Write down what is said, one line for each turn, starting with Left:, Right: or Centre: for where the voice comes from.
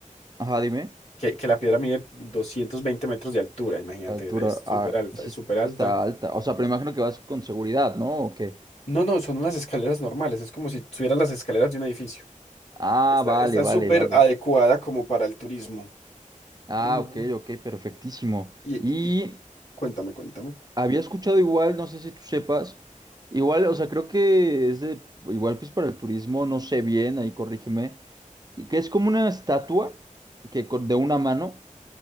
Right: ajá, dime,
Left: Que, que la piedra mide 220 metros de altura, imagínate,
Right: la altura,
Left: es súper
Right: ah,
Left: alta,
Right: sí,
Left: es súper
Right: sí
Left: alta.
Right: está alta. O sea, pero imagino que vas con seguridad, ¿no? ¿O qué?
Left: No, no, son unas escaleras normales, es como si tuvieras las escaleras de un edificio.
Right: Ah,
Left: Está,
Right: vale,
Left: está
Right: vale,
Left: súper
Right: vale.
Left: adecuada como para el turismo.
Right: Ah,
Left: Ujú.
Right: ok, ok, perfectísimo.
Left: Y, y-
Right: Y
Left: y cuéntame, cuéntame.
Right: Había escuchado igual, no sé si tú sepas, igual, o sea, creo que es de, igual pues para el turismo, no sé bien, ahí corrígeme, y que es como una estatua que con, de una mano,